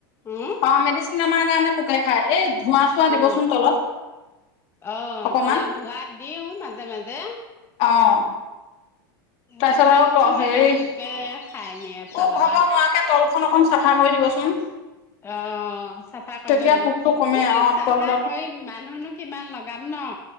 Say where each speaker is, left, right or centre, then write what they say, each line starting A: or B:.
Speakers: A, on the left; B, on the left.
A: উম
B: অ মেডিচিন আমাৰ কাৰণে পোকে খাই এই ধোঁৱা চোৱা দিবচোন
A: অ
B: তলত
A: আহ
B: অকমান
A: তলত ধুৱা দিও মাজে মাজে
B: অ তাৰপিছত
A: এ তেওঁ
B: আৰু ত
A: চুন
B: হেৰি
A: এডাল পোকে খাই নিয়ে এফালৰ
B: পোক খাব
A: পৰা
B: নোৱাৰাকে তলখন অকন চাফা কৰি দিবচোন
A: অ চাফা কৰিব
B: তেতিয়া
A: লাগিব
B: পোকটো কমে
A: এই
B: অ
A: চাফা
B: তলত
A: কৰি মানুহনো কিমান লগাম ন